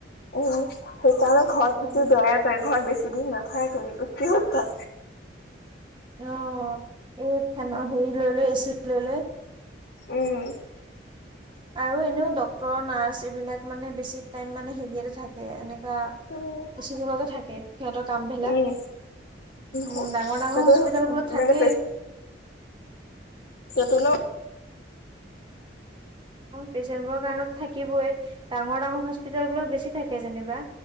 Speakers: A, on the left (about 55°); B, on the right (about 25°).
A: উম সেইকাৰণে ঘৰত
B: অ
A: থাকি বেয়াই পায় ঘৰত বেছি দিন নাাপায় কৰে <unintelligible> গোটেইওায়।
B: অ এই ফেনৰ হেৰি লৈ লৈ এচিত লৈ লৈ।
A: উম।
B: আৰু এনেও ডক্তৰ নাৰ্চ এইবিলাক মানে বেছি টাইম মানে হেৰিয়তে থাকে এনেকুৱা।
A: উম
B: এচিতলতে থাকে সিহঁতৰ কাম বিলাক।
A: উম
B: উম
A: হ-
B: ডাঙৰ ডাঙৰ
A: তাতে
B: হস্পিতাল
A: হ-
B: বোৰত থাকেই।
A: মানে সেইটো নো।
B: পেচেন্ট বোৰৰ কাৰণ থাকিবই ডাঙৰ ডাঙৰ হস্পিতল বোৰত বেছি থাকে যেনিবা।